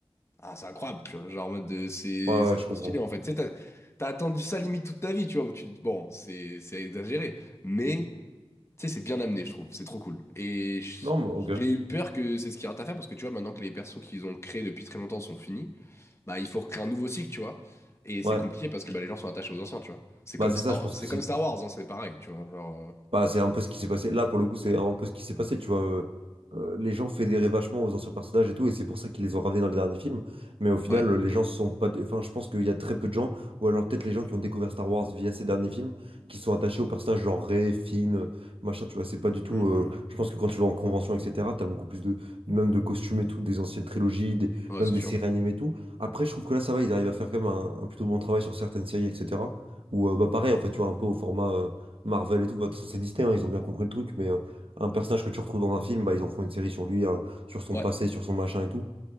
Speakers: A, on the left (about 25°); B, on the right (about 65°).
A: Ah, c'est incroyable, tu vois. Genre, en mode de, c'est
B: Ouais,
A: c'est
B: ouais, je
A: trop
B: comprends.
A: stylé, en fait. Tu sais, t'as, t'as attendu ça limite toute ta vie, tu vois. tu- bon, c'est c'est exagéré. Mais, tu sais, c'est bien amené, je trouve. C'est trop cool. Et je-
B: Non, mais ok.
A: j'ai eu peur que c'est ce qu'il y a à faire parce que, tu vois, maintenant que les persos qu'ils ont créés depuis très longtemps sont finis, bah, il faut recréer un nouveau cycle, tu vois. Et c'est
B: Ouais.
A: compliqué parce que bah, les gens sont attachés aux anciens, tu vois. C'est
B: Bah,
A: comme
B: c'est
A: Star,
B: ça, je pense
A: c'est
B: que c'est
A: comme Star Wars, hein, c'est pareil, tu vois. Genre, euh,
B: Bah, c'est un peu ce qui s'est passé. Là, pour le coup, c'est un peu ce qui s'est passé, tu vois. Euh, euh, les gens fédéraient vachement aux anciens personnages et tout, et c'est pour ça qu'ils les ont ramenés dans les derniers films. Mais au final,
A: ouais.
B: euh, les gens sont pas. du- Enfin, je pense qu'il y a très peu de gens, ou alors peut-être les gens qui ont découvert Star Wars via ces derniers films, qui sont attachés aux personnages genre Rey, Finn, euh, machin, tu vois. C'est pas du tout.
A: Hum,
B: euh,
A: hum.
B: Je pense que quand tu vas en convention, etc., t'as beaucoup plus de. Même de costumes et tout, des anciennes trilogies, des-
A: Ouais,
B: même
A: c'est
B: des
A: sûr.
B: séries animées et tout. Après, je trouve que là, ça va, ils arrivent à faire quand même un, un plutôt bon travail sur certaines séries, etc. Ou euh, bah, pareil, en fait, tu vois, un peu au format. euh, Marvel et tout. Bah, de toute façon, c'est Disney, hein, ils ont bien compris le truc, mais euh, un personnage que tu retrouves dans un film, bah, ils en font une série sur lui, hein, sur son
A: Ouais.
B: passé, sur son machin et tout.